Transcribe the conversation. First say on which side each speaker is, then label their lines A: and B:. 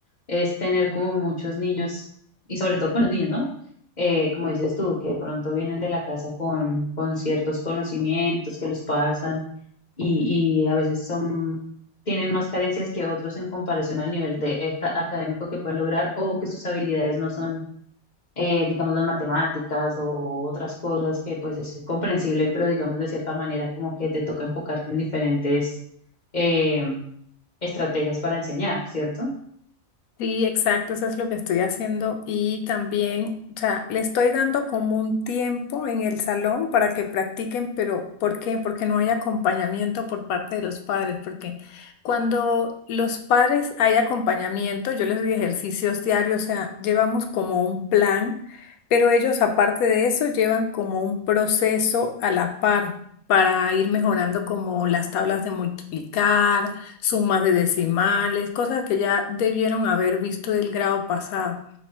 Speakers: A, on the left (about 40°); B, on the left (about 85°).
A: es tener como muchos niños, y sobre todo con los niños, ¿no? Eh, como dices tú, que de pronto vienen de la casa con, con ciertos conocimientos que los pasan y, y a veces son, tienen más carencias que otros en comparación al nivel de, eh, ca- académico que pueden lograr o que sus habilidades no son, eh, digamos, las matemáticas o otras cosas que pues es comprensible, pero digamos de cierta manera como que te toca enfocar en diferentes eh, estrategias para enseñar, ¿cierto?
B: Sí, exacto, eso es lo que estoy haciendo y también, o sea, le estoy dando como un tiempo en el salón para que practiquen, pero ¿por qué? Porque no hay acompañamiento por parte de los padres, porque cuando los padres hay acompañamiento, yo les doy ejercicios diarios, o sea, llevamos como un plan, pero ellos aparte de eso llevan como un proceso a la par para ir mejorando como las tablas de multiplicar sumas de decimales, cosas que ya debieron haber visto del grado pasado.